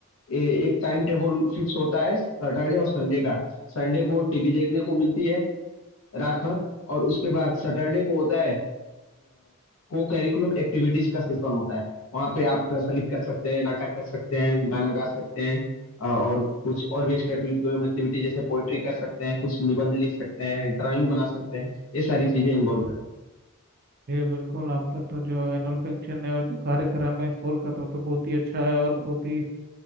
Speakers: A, on the left (about 65°); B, on the right (about 45°).
A: ए, एक टाइम टेबल फिक्स होता है सैटरडे और संडे का संडे को टीवी देखने को मिलती है रात भर और उसके बाद सैटरडे को होता है को करिकुलम एक्टिविटीज का सेशन होता है वहाँ पे आप संगीत कर सकते हैं नाटक कर सकते हैं गाना गा सकते हैं अ, और कुछ और भी एक्स्ट्रा करिकुलम एक्टिविटी जैसे पोएट्री कर सकते हैं कुछ निबंध लिख सकते हैं ड्राइंग बना सकते हैं ये सारी चीजें इन्वॉल्व रहती हैं।
B: जी बिल्कुल आपका तो जो एनुअल फंक्शन है और जो कार्यक्रम है स्कूल का तो तो बहुत ही अच्छा है और बहुत ही